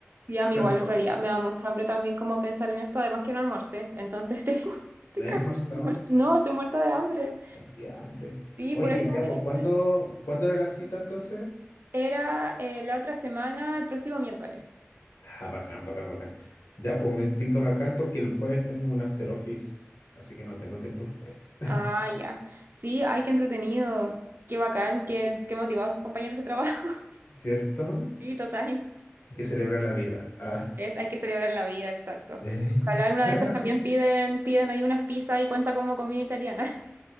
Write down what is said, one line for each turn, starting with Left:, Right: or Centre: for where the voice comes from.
Right: Sí, a mí
Left: Perdón,
Right: igual en realidad me da mucha hambre también como pensar en esto, además que no almorcé, entonces tengo... <laughs> estoy
Left: no he
Right: cagada,
Left: almorzado.
Right: muerta- No, estoy muerta de hambre.
Left: Ay, qué hambre.
Right: Sí,
Left: Oye,
Right: por eso
Left: ya,
Right: voy
Left: pues,
Right: a ir a hacer
Left: ¿cuándo, cuándo era la cita entonces?
Right: Era eh, la otra semana, el próximo miércoles.
Left: Ah, bacán, bacán, bacán. Ya, pues me tinca bacán porque el jueves tengo un after office, así que no tengo tiempo el jueves.
Right: Ah, ya. Sí, ay, qué entretenido. Qué bacán,
Left: <laughs>
Right: qué, qué motivados tus compañeros de trabajo. <laughs>
Left: ¿Cierto?
Right: Sí, total.
Left: Hay que celebrar la vida. Ah,
Right: Es, hay que celebrar la vida, exacto.
Left: ella.
Right: Ojalá en
Left: <laughs>
Right: una de esas también piden, piden ahí unas pizzas y cuenta como comida italiana. <laughs>